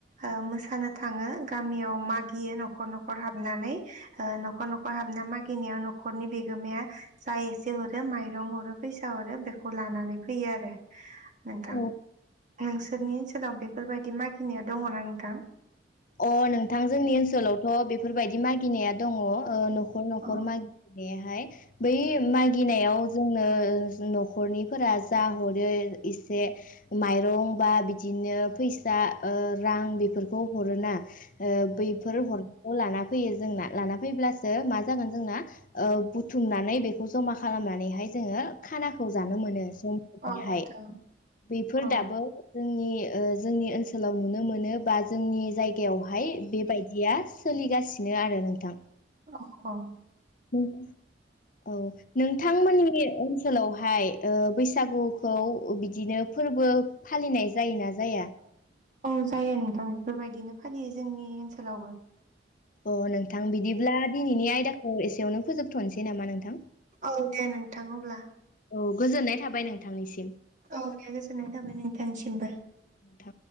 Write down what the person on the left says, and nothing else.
औ
अ नोंथां जोंनि ओनसोलावथ' बेफोरबायदि मागिनाया दङ उह न खर न'खर
माग बेहाय बै मागिनायाव जोंनो जि न'खरनिफोरा जा हरो इसे माइरं बा बिदिनो फैसा उह रां बेफोरखौ हरोना ओ बैफोर हरनायखौ लाना फैयो जोंना लाना फैब्लासो मा जागोन जोंना उह बुथुमनानै बेखौ जमा खालामनानैहाय जोङो खाना खौ जानो मोनो समफोरनिहाय
बेफोर
दाबो जोंनि ओ जोंनि ओनसोलाव नुनो मोनो बा जोंनि जायगायावहाय बेबायदिया सोलिगासिनो आरो नोंथां ।
<unintelligible> औ नोंथांमोननि ओनसोल सोलावहाय उह बैसागुखौ बिदिनो फोरबो फालिनाय जायोना जाया?
अ नोंथां बिदिब्ला दिनैनि आयदाखौ एसेयावनो फोजोबथ'नोसै नामा नोंथां?
औ गोजोननाय थाबाय नोंथांनिसिम।
नोंथां